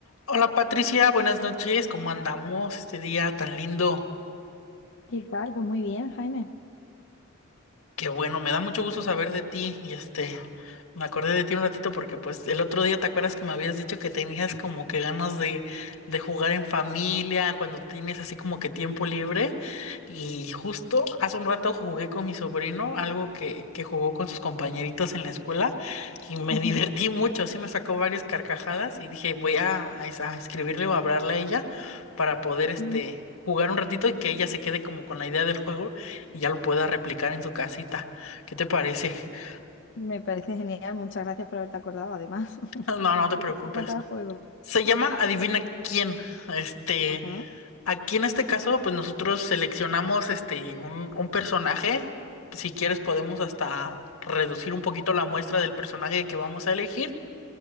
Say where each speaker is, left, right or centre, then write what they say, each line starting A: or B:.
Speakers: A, on the left; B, on the left.
A: Hola Patricia, buenas noches, ¿cómo andamos este día tan lindo?
B: ¿Qué tal? Pues muy bien, Jaime.
A: Qué bueno, me da mucho gusto saber de ti y este, me acordé de ti un ratito porque pues el otro día te acuerdas que me habías dicho que tenías como que ganas de, de jugar en familia, cuando tienes así como que tiempo libre y justo hace un rato jugué con mi sobrino, algo que, que jugó con sus compañeritos en la escuela y me
B: Ujú.
A: <laughs> divertí mucho, sí me sacó varias carcajadas y dije voy a, a es- a escribirle o a hablarle a ella para poder este,
B: Ujú.
A: jugar un ratito y que ella se quede como con la idea del juego y ya lo pueda replicar en su casita. ¿Qué te parece? <laughs>
B: Me parece genial. Muchas gracias por haberte acordado, además. <laughs>
A: No, no te
B: ¿De
A: preocupes.
B: qué se trata el juego?
A: Se llama Adivina quién. Este,
B: Ajá,
A: aquí en este caso, pues nosotros seleccionamos este un, un personaje. Si quieres, podemos hasta reducir un poquito la muestra del personaje que vamos a elegir